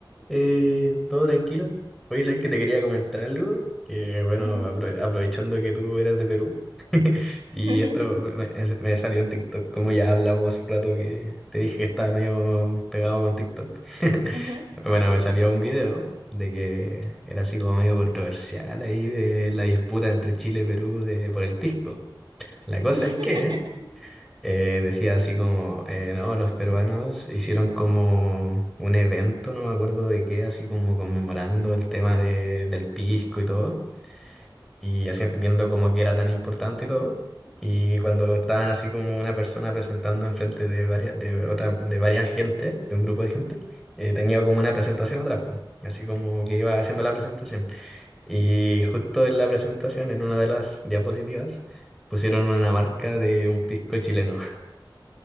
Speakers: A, in the centre; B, on the right (about 65°).
A: Eh, todo tranquilo. Oye, sabes que te quería comentar algo, que bueno,
B: Ujú.
A: apro- aprovechando que tú eres de Perú, <laughs> y
B: <laughs>
A: esto me, me- me salió en TikTok, como ya hablamos hace un rato que te dije que estaba medio pegado con TikTok. <laughs>
B: Ujú.
A: Bueno, me salió un video de que era así como medio controversial ahí de la disputa entre Chile y Perú de, por el pisco. La cosa
B: <laughs>
A: es que... eh, decía así como, eh, no, los peruanos hicieron como un evento, no me acuerdo de qué, así como conmemorando el tema de- del pisco y todo, y así viendo como que era tan importante y todo. Y cuando estaban así como una persona presentando enfrente de varias, de otra, de varias gente, de un grupo de gente, eh, tenía como una presentación atrás, po, así como que iba haciendo la presentación. Y justo en la presentación, en una de las diapositivas, pusieron una marca de un pisco chileno.